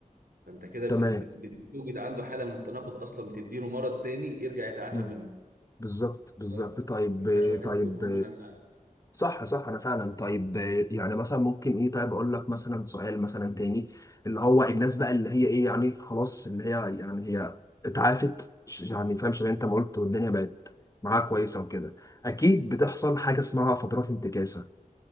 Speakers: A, on the right; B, on the left.
A: فانت كده
B: تمام
A: بت بت بت- بتوجد عنده حاله من التناقض اصلا بتديله مرض تاني يرجع يتعافى
B: امم
A: منه
B: بالظبط بالظبط
A: اصلا ما
B: طيب
A: ينفعش واحد
B: طيب
A: يكون مدمن على
B: صح صح انا فعلا طيب يعني مثلا ممكن ايه طيب اقول لك مثلا سؤال مثلا تاني اللي هو الناس بقى اللي هي ايه يعني خلاص اللي هي يعني هي اتعافت ش- يعني فاهم شبه انت ما قلت والدنيا بقت معاها كويسه وكده اكيد بتحصل حاجه اسمها فترات انتكاسه